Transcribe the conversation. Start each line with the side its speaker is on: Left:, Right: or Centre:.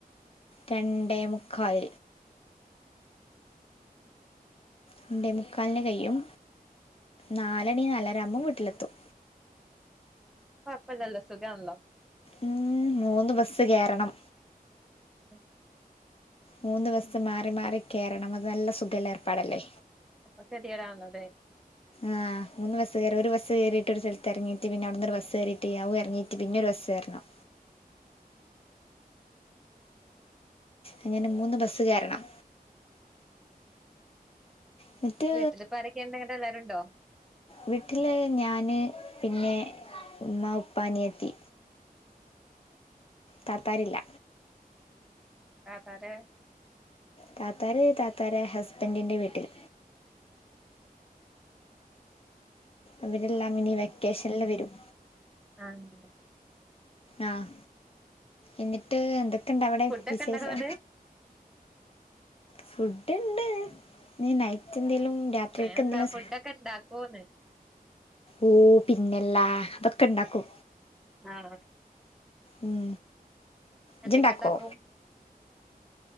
Left: രണ്ടേമുക്കാൽ രണ്ടേമുക്കാലിന് കഴിയും നാല്ണി നാല് അര ആകുമ്പോൾ വീട്ടിലെത്തും
Centre: കുഴപ്പമില്ലല്ലോ സുഖാണല്ലോ
Left: ഉം മൂന്ന് ബസ്സ് കേറണം
Centre: <inaudible>
Left: മൂന്ന് ബസ്സ് മാറി മാറി കയറണം അത് നല്ല സുഖലേ ഏർപ്പാടല്ലേ
Centre: അപ്പൊ ശരിടാവുന്ന അതെ
Left: ആ മൂന്ന് ബസ് കേറാ ഒര് ബസ് കേറീട്ട് ഒരു സ്ഥലത്ത് ഇറങ്ങീട്ട് പിന്നെ അവിടുന്നൊര് ബസ് കേറീട്ട് അവും എറങ്ങീട്ട് പിന്നൊരു ബസേറണം അങ്ങനെ മൂന്ന് ബസ്സ് കേറണം എന്നിട്ട്
Centre: വീട്ടില് ഇപ്പാരെക്കെണ്ട് ഇങ്ങട്ട് എല്ലാരുണ്ടോ
Left: വീട്ടില് ഞാന് പിന്നെ ഉമ്മ ഉപ്പ അനിയത്തി തത്താരില്ല
Centre: താത്താരെ
Left: താത്താര് താത്താരേ ഹസ്ബന്റിന്റെ വീട്ടിൽ അവരെല്ലാം ഇനി വെക്കേഷൻല് വരും
Centre: <unintelligible>
Left: ആഹ് എന്നിട്ട് എന്തേക്കെണ്ട് അവിടെ
Centre: ഫുഡൊക്കെ
Left: വിശേഷം
Centre: ഇണ്ടാക്കോ ഇന്നട്ട്
Left: ഫുഡ്ണ്ട് ഇനി നൈറ്റ് എന്തേലും രാ കേക്ക്ന്നില്ല
Centre: അങ്ങനല്ല ഫുഡൊക്കെ
Left: സൗ
Centre: ഇണ്ടാക്കോന്ന്
Left: ഓ പിന്നെല്ലാ അതൊക്കെ ഇണ്ടാക്കൂ.
Centre: ആഹ്
Left: ഉം
Centre: എന്തൊക്കെ
Left: ഇജ്ണ്ടാക്കോ
Centre: ഉണ്ടാക്കും